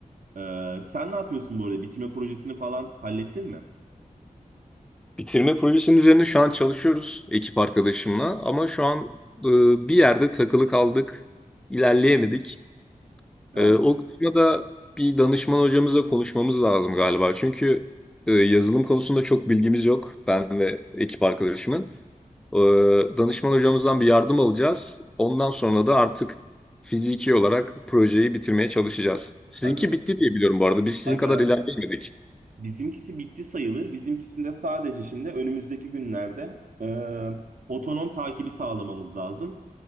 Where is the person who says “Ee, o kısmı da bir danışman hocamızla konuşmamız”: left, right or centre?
Centre